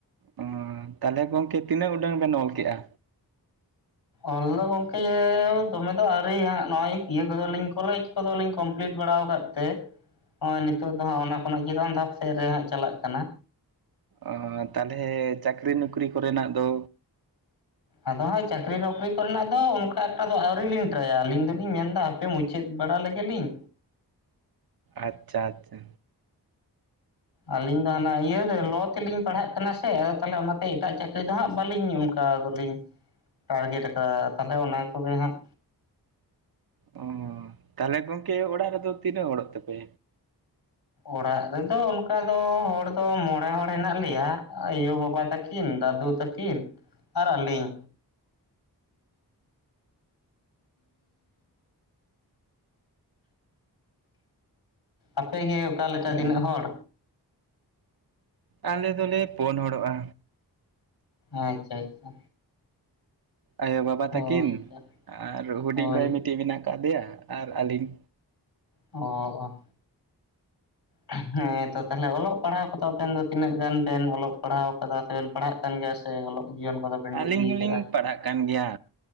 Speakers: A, on the right; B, on the left.
A: ᱚ ᱛᱟᱞᱦᱮ ᱜᱚᱝᱠᱮ ᱛᱤᱱᱟᱹᱜ ᱩᱰᱟᱹᱝ ᱵᱮᱱ ᱚᱞ ᱠᱮᱜᱼᱟ?
B: ᱚᱞ ᱫᱚ ᱜᱚᱝᱠᱮ ᱫᱚᱢᱮ ᱫᱚ ᱟᱹᱣᱨᱤ ᱦᱟᱸᱜ ᱱᱚᱜᱼᱚᱭ ᱤᱭᱟᱹ ᱠᱚᱫᱚᱞᱤᱧ ᱠᱚᱞᱮᱡ ᱠᱚᱫᱚᱞᱤᱧ ᱠᱚᱢᱯᱞᱤᱴ ᱵᱟᱲᱟᱣ ᱟᱠᱟᱫ ᱛᱮ, ᱱᱚᱜᱼᱚᱭ ᱱᱤᱛᱳᱜ ᱫᱚ ᱦᱟᱸᱜ ᱚᱱᱟ ᱠᱷᱚᱱᱟᱜ ᱪᱮᱛᱟᱱ ᱫᱷᱟᱯ ᱥᱮᱫ ᱨᱮ ᱦᱟᱸᱜ ᱪᱟᱞᱟᱜ ᱠᱟᱱᱟ।
A: ᱚ ᱛᱟᱞᱦᱮ ᱪᱟᱹᱠᱨᱤ ᱱᱚᱠᱨᱤ ᱠᱚᱨᱮᱱᱟᱜ ᱫᱚ?
B: ᱟᱫᱚ ᱦᱟᱸᱜ ᱪᱟᱹᱠᱨᱤ ᱱᱚᱠᱨᱤ ᱠᱚᱨᱮᱱᱟᱜ ᱫᱚ ᱚᱱᱠᱟ ᱮᱠᱴᱟ ᱫᱚ ᱟᱹᱣᱨᱤ ᱞᱤᱧ ᱴᱮᱨᱟᱭᱟ ᱟᱹᱞᱤᱧ ᱫᱚᱞᱤᱧ ᱢᱮᱱ ᱮᱫᱟ ᱦᱟᱯᱮ ᱢᱩᱪᱟᱹᱫ ᱪᱟᱹᱫ ᱵᱟᱲᱟ ᱞᱮᱜᱮ ᱞᱤᱧ
A: ᱟᱪᱪᱷᱟ ᱟᱪᱪᱷᱟ
B: ᱟᱹᱞᱤᱧ ᱫᱚ ᱦᱟᱱᱟ ᱤᱭᱟᱹ ᱨᱮ ᱞᱚ ᱛᱮᱞᱤᱧ ᱯᱟᱲᱦᱟᱜ ᱠᱟᱱᱟ ᱥᱮ ᱟᱫᱚ ᱛᱟᱞᱦᱮ ᱚᱱᱟᱛᱮ ᱮᱴᱟᱜ ᱪᱟᱹᱠᱨᱤ ᱫᱚ ᱦᱟᱸᱜ ᱵᱟᱹᱞᱤᱧ ᱫᱚᱞᱤᱧ ᱴᱟᱨᱜᱮᱴ ᱟᱠᱟᱫᱟ ᱛᱟᱞᱦᱮ ᱚᱱᱟ ᱠᱚᱜᱮ ᱦᱟᱸᱜ
A: ᱚᱻ ᱛᱟᱞᱦᱮ ᱜᱚᱝᱠᱮ ᱚᱲᱟᱜ ᱨᱮᱫᱚ ᱛᱤᱱᱟᱹᱜ ᱦᱚᱲᱚᱜ ᱛᱮᱯᱮ?
B: ᱚᱲᱟᱜ ᱨᱮᱫᱚ ᱚᱱᱠᱟ ᱫᱚ ᱦᱚᱲ ᱫᱚ ᱢᱚᱬᱮ ᱦᱚᱲ ᱦᱮᱱᱟᱜ ᱞᱮᱭᱟ ᱟᱭᱳ ᱵᱟᱵᱟ ᱛᱟᱹᱠᱤᱱ ᱫᱟᱫᱩ ᱛᱟᱹᱠᱤᱱ ᱠᱤᱱ ᱟᱨ ᱟᱹᱞᱤᱧ᱾ ᱟᱯᱮᱜᱮ ᱚᱠᱟᱮ ᱞᱮᱠᱟ
A: ᱚ
B: ᱛᱤᱱᱟᱹᱜ ᱦᱚᱲ?
A: ᱟᱞᱮ ᱫᱚᱞᱮ ᱯᱳᱱ ᱦᱚᱲᱚᱜᱼᱟ᱾
B: ᱟᱪᱪᱷᱟ ᱟᱪᱪᱷᱟ
A: ᱟᱭᱳ ᱵᱟᱵᱟ
B: ᱦᱳᱭ
A: ᱛᱟᱹᱠᱤᱱ
B: ᱛᱚ
A: ᱟᱨ ᱦᱩᱰᱤᱧ
B: ᱦᱳᱭ
A: ᱵᱷᱟᱹᱭ ᱢᱤᱫᱴᱤᱡ ᱢᱮᱱᱟᱜ ᱟᱠᱟᱫᱮᱭᱟ ᱟᱨ ᱟᱹᱞᱤᱧ᱾
B: ᱚ - ᱚ ᱦᱮᱸ ᱛᱚ ᱛᱟᱦᱚᱞᱮ ᱚᱞᱚᱜ ᱯᱟᱲᱦᱟᱣ ᱠᱚᱫᱚ ᱟᱵᱮᱱ ᱫᱚ ᱛᱤᱱᱟᱹᱜ ᱜᱟᱱ ᱵᱮᱱ ᱚᱞᱚᱜ ᱯᱟᱲᱦᱟᱣ ᱠᱟᱫᱟ ᱥᱮᱵᱮᱱ ᱯᱟᱲᱦᱟᱜ ᱠᱟᱱ ᱜᱮᱭᱟ? ᱥᱮ ᱚᱞᱚᱜ ᱡᱤᱭᱚᱱ ᱠᱚᱫᱚ ᱵᱮᱱ ᱰᱩᱜᱤ
A: ᱟᱹᱞᱤᱧ ᱦᱚᱞᱤᱧ
B: ᱠᱟᱜᱼᱟ
A: ᱯᱟᱲᱦᱟᱜ ᱠᱟᱱ ᱜᱮᱭᱟ᱾